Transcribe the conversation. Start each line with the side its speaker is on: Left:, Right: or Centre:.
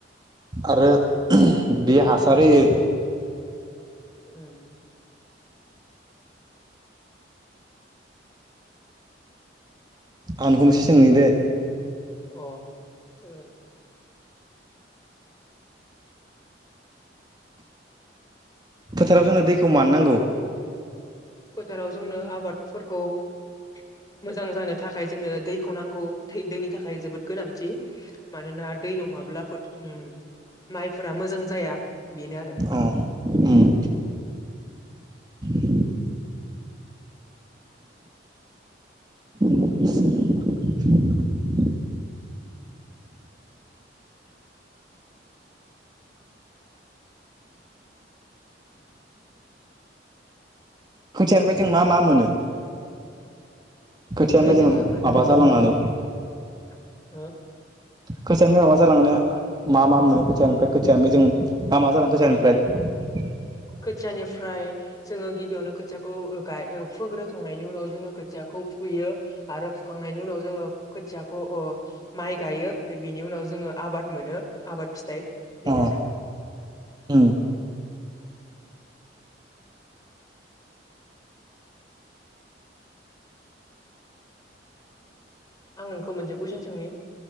Right: आरो बे हासार होयो
Left: उम
Right: आं नोंखौ मोनसे सोंनि दे
Left: अ जागोन
Right: फोथाराव जोंनो दैखौ मानो नांगौ
Left: फोथाराव जोंनो आबादफोरखौ मोजां जानो थाखाय जोंनो दैखौ नांगौ दैनि थाखाय जोबोद गोनांथि मानोना दै नङाब्ला फोथ ओ माइफोरा मोजां जाया बेनो आरो
Right: औ उम <unintelligible> <unintelligible> खोथियानिफ्राय जों मा मा मोनो खोथियानिफ्राय जोंङो
Left: जोङो खो
Right: माबा जालांनानै
Left: <unintelligible>
Right: खोथियानो माबा जालांनो मा मा मोनो खोथियानिफ्राय खोथियानो बेजों मा मा जालाङो खोथियानिफ्राय <unintelligible>
Left: खोथियानिफ्राय जोङो गिबियावनो खोथियाखौ ओ गाय फोग्रोखांनायनि उनाव जोङो खोथियाखौ फुयो आरो फुखांनायनि उनाव जोङो खोथियाखौ ओ माइ गायो बिनि उनाव जोङो आबाद मोनो आबाद फिथाइ बेनो
Right: अ
Left: आरो
Right: उम
Left: आं नोंखौ मोनसे कुइसन सोंनि